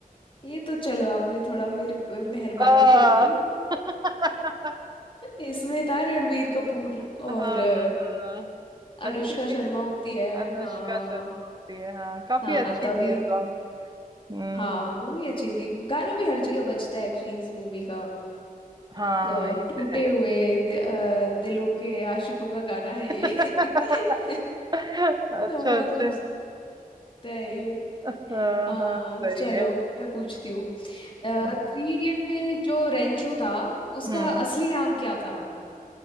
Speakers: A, on the left; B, on the right.
A: ये तो चलो आपने थोड़ा मेरे पे मेहरबानी
B: अ,
A: कर दी
B: <laughs>
A: <laughs> इसमें था रणवीर कपूर
B: हाँ
A: और अ,
B: हाँ
A: अनुष्का
B: अच्छी थी
A: शर्मा
B: वो
A: होती है
B: अनुष्का
A: हाँ
B: शर्मा होती है हाँ काफी
A: हाँ
B: अच्छी
A: तभी
B: थी ये सॉन्ग हम्म
A: हाँ मूवी अच्छी थी गाना भी हर जगह बजता है एक्चुअली इस मूवी का
B: हाँ
A: तो
B: ये
A: टूटे
B: तो है
A: हुए अ, दिलों के आशिकों का गाना है ये
B: <laughs>
A: <laughs>
B: अच्छा
A: तो बहुत
B: अच्छा
A: बजता है ये
B: हाँ
A: हाँ
B: हाँ सही
A: चलो
B: है
A: मैं पूछती हूँ थ्री
B: हम्म
A: इडियट में जो रेंचो था उसका
B: हम्म।
A: असली नाम क्या था